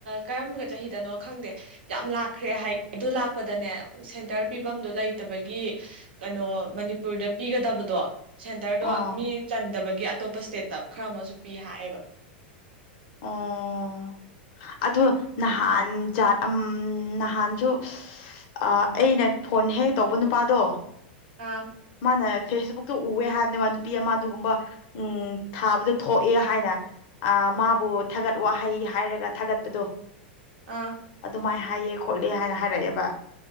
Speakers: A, on the right; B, on the left.
A: ꯀꯔꯝꯕ ꯆꯍꯤꯗꯅꯣ ꯈꯪꯗꯦ ꯌꯥꯝ ꯂꯥꯛꯈ꯭ꯔꯦ ꯍꯥꯏ ꯑꯗꯨ ꯂꯥꯛꯄꯗꯅꯦ ꯑꯈꯣꯏ ꯁꯦꯟꯇꯔ ꯄꯤꯕꯝꯗꯨ ꯂꯩꯇꯕꯒꯤ ꯀꯩꯅꯣ ꯃꯅꯤꯄꯨꯔꯗ ꯄꯤꯒꯗꯕꯗꯣ ꯁꯦꯟꯇꯔꯗꯣ
B: ꯑꯣ
A: ꯃꯤ ꯆꯟꯗꯕꯒꯤ ꯑꯇꯣꯞꯄ ꯏꯁꯇꯦꯠꯇ ꯈꯔ ꯑꯃꯁꯨ ꯄꯤ ꯍꯥꯏꯌꯦꯕ
B: ꯑꯣ ꯑꯗꯣ ꯅꯍꯥꯟꯖꯥꯠ ꯎꯝ ꯅꯍꯥꯟꯁꯨ ꯑ ꯑꯩꯅ ꯐꯣꯟ ꯍꯦꯛ ꯇꯧꯕ ꯅꯨꯄꯥꯗꯣ
A: ꯑꯥ
B: ꯃꯥꯅ ꯐꯦꯁꯕꯨꯛꯇ ꯎꯋꯦ ꯍꯥꯏꯕꯅꯦꯕ ꯅꯨꯄꯤ ꯑꯃ ꯑꯗꯨꯒꯨꯝꯕ ꯎꯝ ꯊꯥꯕꯗ ꯊꯣꯛꯑꯦ ꯍꯥꯏꯅ ꯑ ꯃꯥꯕꯨ ꯊꯥꯒꯠ ꯋꯥꯍꯩ ꯍꯥꯏꯔꯒ ꯊꯥꯒꯠꯄꯗꯣ
A: ꯑꯥ
B: ꯑꯗꯨꯃꯥꯏꯅ ꯍꯥꯏꯌꯦ ꯈꯣꯠꯂꯦ ꯍꯥꯏꯅ ꯍꯥꯏꯔꯛꯑꯦꯕ